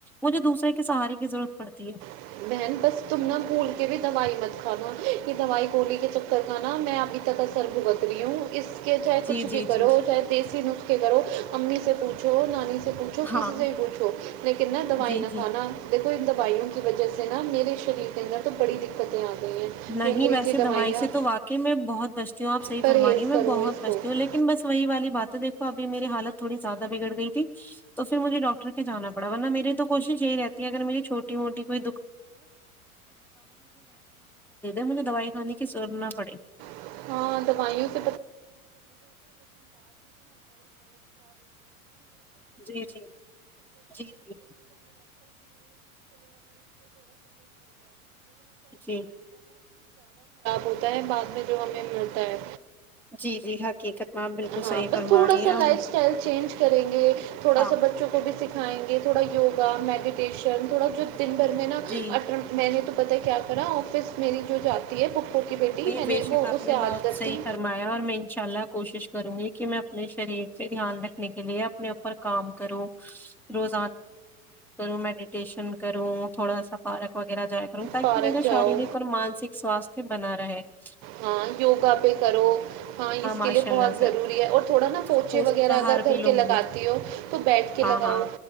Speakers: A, in the centre; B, on the right.
A: مجھے دوسرے کے سہارے کی ضرورت پڑتی ہے
B: <unintelligible> <unintelligible> <unintelligible>
A: جی جی جی جی جی
B: <unintelligible>
A: ہاں
B: <unintelligible>
A: جی جی
B: <unintelligible>
A: <unintelligible> میں
B: یہ انگریزی دوائیاں
A: بہت بچتی ہوں <unintelligible>
B: پرہیز کرو اس کو
A: تو مجھے ڈاکٹر کے جانا پڑا ورنہ میرے تو کوشش یہی رہتی ہے کہ اگر مجھے چھوٹی موٹی کوئی مجھے دوائی کھانے کی ضرورت نہ پڑے
B: <unintelligible> <unintelligible> <unintelligible> <unintelligible> زیادہ خراب
A: جی جی جی جی جی
B: ہوتا ہے بعد میں جو ہمیں ملتا ہے
A: جی جی حقیقت میں آپ بالکل
B: ہاں
A: صحیح
B: بس
A: فرما
B: تھوڑا
A: رہی
B: سا
A: ہیں ہم-
B: لائف اسٹائل چینج کریں گے تھوڑا
A: ہاں
B: سا بچوں کو بھی سھ کھائیں گے تھوڑا یوگا میڈیٹیشن تھوڑا جو <unintelligible> ن بھر میں ناٹ
A: جی
B: میں نے تو پت کیا کرا آفس میری جو جاتی ہے پک ہووک بیٹی
A: جی
B: میں
A: بے
B: نے
A: شک آپ
B: اسے
A: نے بہت
B: عادت
A: صحی
B: تھی
A: فرمایا اور میں ان شاء اللہ کو کوشش کروں گی کہ میں اپنے شریر پہ دھیان رکھنے کے لیے نے کام کرو رور م کروں تھوڑا سا پارک وغیرہ جائے ہ تاکہ
B: پارک
A: میرا
B: جاؤ
A: شاریرک اور مانسک ساستھ <unintelligible>
B: ہاں یوگا پہ کرو ہاں اس کے
A: ماشاء
B: لیے بہت
A: اللہ سے
B: ضروری ہے اور تھوڑا نا پوچے
A: اور پوشٹک
B: وغیرہ
A: آہار
B: اگر گھر
A: بھی لوں
B: کے لگاتی
A: گی
B: ہو تو بیٹھ کے
A: ہاں
B: لگاؤ
A: ہاں